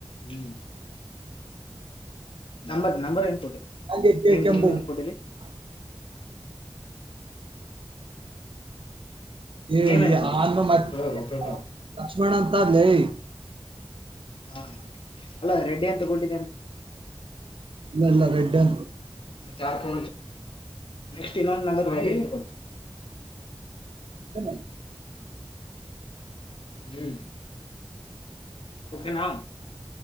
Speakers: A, on the left (about 70°); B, on the right (about 70°).
A: ಹ್ಮ್. ನಂಬರ್ ನಂಬರ್ ಏನ್ ಕೊಟ್ಟಿ
B: ಹಂಗೆ ಕೆ
A: ನೀಮ್
B: ಕೆಂಬು
A: ನೀಮ್ ಏನ್ ಕೊಟ್ಟರಿ.
B: ಏ
A: ನೇಮ್ ಏನ್ ಕೊಟ್ಟಿದ್ಯಾ
B: ಆನ್ ಮತ್ತೆ
A: ಹೌದು, ಹೌದು.
B: ಲಕ್ಷ್ಮಣ ಅಂತ ಲೈ
A: ಹಾ ಅಲ್ಲ ರೆಡ್ಡಿ ಅ ತಗೊಡಿದ್ದಿದ್ದಾರೆ.
B: ಇಲ್ಲ ಇಲ್ಲ <unintelligible>
A: ಮತ್ತು ನೆಕ್ಸ್ಟ್ <unintelligible>
B: ಹ್ಮ
A: ಹ್ಮ್ ಓಕೆನಾ